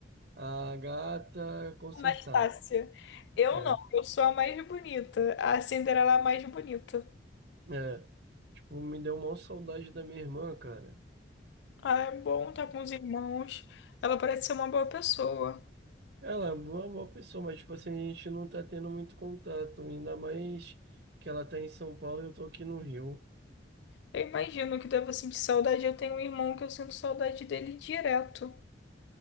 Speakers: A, on the right; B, on the left.
A: a gata consertada.
B: Anastácia. Eu
A: É,
B: não, eu sou a mais bonita. A Cinderela é a mais bonita.
A: é, tipo, me deu uma saudade da minha irmã, cara.
B: Ah, é bom tá com os irmãos. Ela parece ser uma boa pessoa.
A: Ela é uma boa pessoa, mas tipo assim, a gente não tá tendo muito contato, ainda mais que ela tá em São Paulo e eu tô aqui no Rio.
B: Eu imagino que deva sentir saudade. Eu tenho um irmão que eu sinto saudade dele direto.